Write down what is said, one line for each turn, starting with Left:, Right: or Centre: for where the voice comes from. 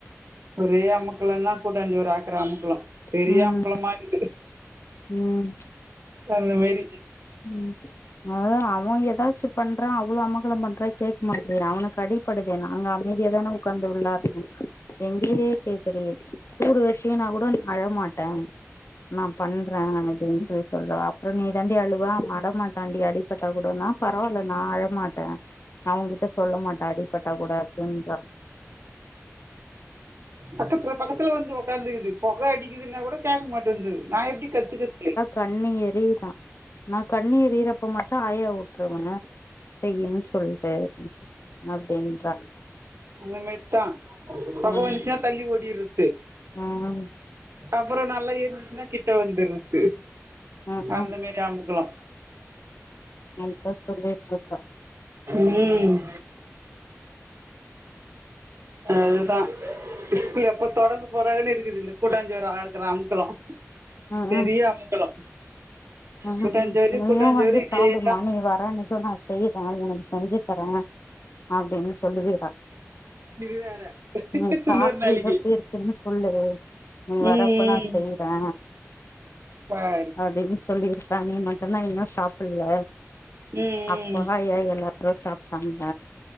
Right: ஒரே அம்முக்கலந் தா கூட்டாஞ்சோறு ஆக்கற அமக்களு பெரிய
Left: ம்
Right: அம்க்ளமாருக்கு
Left: ம்
Right: அந்த மாரி
Left: ம் அதா அவ ஏதாச்சு பண்றா அவ்ளோ அமக்கல பண்றா கேக்க மாட்றியா அவனுக் அடி படுதே அங்க அமைதியா தானே உக்காந்து வுள்ளாரனு எங்களயே கேக்கறியே சூடு வெச்சுக்கினா கூட நா அழமாட்டே நா பண்றே நானு <unintelligible> சொல்றே அப்புறோ நீ தாண்டி அழு <unintelligible> அடமாட்டான்டி அடிப்பட்டா கூடனா பரவால்ல நா அழமாட்ட அவங்கிட்ட சொல்ல மாட்டா அடிபட்டா கூட அப்பட
Right: பக்கத்துல பக்கத்துல வந்து உக்காந்துக்குது பொக அடிக்குதுன்னா கூட கேட்க மாட்டன்து நா எப்டி கத்துக்கிருது
Left: கண்ணி எரியுதா ஆனா கண்ணு எரியறப்ப மட்டும் ஆயா உட்ருவனே செய்யும்னு சொல்லிட்டு அப்படின்றா
Right: அந்தமேர் தா பொக
Left: ம்
Right: வந்ச்சின்னா தள்ளி ஓடிருது
Left: ம்
Right: அப்பறோ நல்லா இருந்துச்சுன்னா கிட்ட வந்துர்ருது
Left: ம்
Right: அந்த
Left: ம்
Right: மாரி அமுக்கலம்
Left: அதா சொல்லிட்ருக்கா
Right: ம் அதுதா ஸ்கூல் எப்ப தொறக்க போறாங்கன்னு இருக்குது இந்த கூட்டாஞ்சோர் ஆக்கற அமக்கலும்
Left: ம்
Right: பெரிய அமக்கலோ
Left: ம்
Right: கூட்டாஞ்சோறு
Left: ம் நீயும்
Right: கூட்டாஞ்சோறு
Left: வந்து
Right: இதேதா
Left: சாப்பிடுமா நீ வரான்க்கு நா செய்றே உனக்கு செஞ்சு தரே அப்டின்னு சொல்லுதுக
Right: இது வேற
Left: நீ சாப்ட்டு
Right: இன்னொரு நாளைக்கு
Left: எப்டி இருக்குன்னு சொல்லு நீ வரப்ப
Right: ம்
Left: நா செய்றே
Right: ம் பாரு
Left: அப்டின்னு சொல்லிருப்பான்னு மட்டுந்தா இன்னும் சாப்பில்ல
Right: ம்
Left: அப்பா
Right: ம்
Left: ஏ எல்லா ரோ சாப்ட்டாங்க